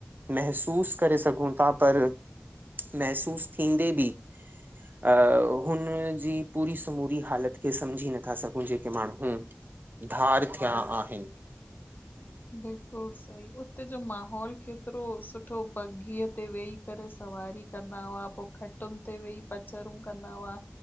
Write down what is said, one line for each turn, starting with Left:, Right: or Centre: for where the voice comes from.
Right: महसूस करे सघूं था पर महसूस थींदे बि अ हुनजी पूरी समूरी हालत खे समझी नथा सघूं जेके माण्हू धार थिया आहिन
Left: बिलकुल सही, उते जो माहोल केतरो सुठो बघीअ ते वेही करे सवारी कंदा हुआ पो खटुन ते वेही पचरूं कंदा हुआ